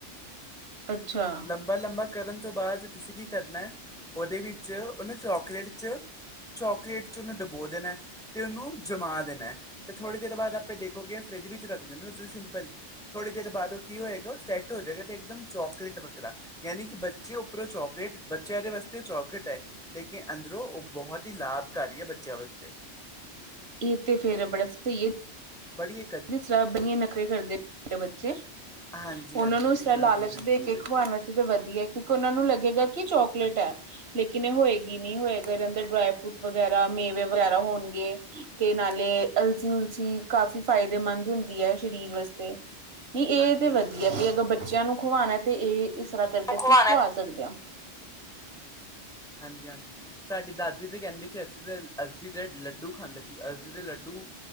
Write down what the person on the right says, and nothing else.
ਅੱਛਾ
ਏ ਤੇ ਫੇਰ ਬੜਾ ਸਈ ਏ।
ਏ ਸਵਾਦ ਬਨੀ ਏ ਨਖ਼ਰੇ ਕਰਦੇ ਮੇਰੇ ਬੱਚੇ।
ਓਨਾਂ
ਨੂੰ ਇਸਦਾ
ਲਾਲਚ
ਦੇ ਕੇ
ਖਵਾਨਾ ਕਿਓਂਕਿ ਵਦੀਆ ਕਿਉਂਕਿ ਓਨਾਂ ਨੂੰ ਲੱਗੇਗਾ ਕੇ ਚੋਕਲੇਟ
ਐ। ਲੇਕਿਨ ਏ ਹੋਏਗੀ ਨੀ ਹੋਏਗਾ ਏਦੇ ਅੰਦਰ ਡਰਾਏ ਫਰੂਟ ਵਗੈਰਾ, ਮੇਵੇ ਵਗੈਰਾ ਹੋਨਗੇ ਤੇ ਨਾਲੇ ਅਲਸੀ-ਉਲਸੀ ਕਾਫ਼ੀ ਫਾਇਦੇਮੰਦ ਹੁੰਦੀ ਹੈ ਸਰੀਰ ਵਾਸਤੇ, ਨਹੀਂ ਇਹ
ਤੇ ਵਧੀਆਂ
ਤੁਹੀ ਅਗਰ ਬੱਚਿਆਂ ਨੂੰ ਖਵਾਣਾ। ਤੇ ਇਹ ਇਸ ਰਾ ਕਰਕੇ ਅਸੀਂ
ਖਵਾ ਸਕਦੇ ਆ।